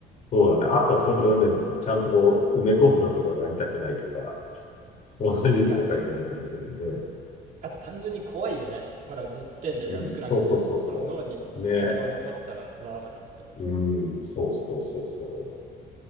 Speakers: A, on the left; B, on the right.
A: そうだね。あとはそれをね、ちゃんとこう、埋め込むのとかが痛くないとか、そういう世界になればいいんだけどね。
B: 確かに。あと単純に怖いよね。まだ実験例が少なくてこの脳に影響残ったらうわーとかって。
A: うん、そうそうそうそう。ね。うん、そうそうそうそう。